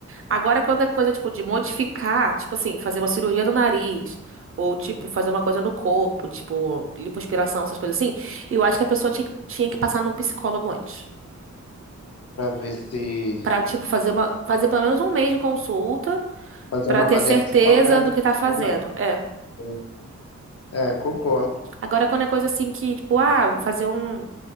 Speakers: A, on the right; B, on the left.
A: Agora, quando é coisa, tipo, de modificar, tipo assim, fazer uma cirurgia no nariz, ou, tipo, fazer uma coisa no corpo, tipo, lipoaspiração, essas coisas assim, eu acho que a pessoa tinha, que- tinha que passar num psicólogo antes.
B: Pra ver se
A: Pra, tipo, fazer uma, fazer pelo menos um mês de consulta,
B: fazer
A: pra
B: uma avaliação,
A: ter certeza
B: né?
A: do que tá fazendo.
B: interna,
A: É.
B: sim. É, concordo.
A: Agora, quando é coisa assim que, tipo, ah, vou fazer um.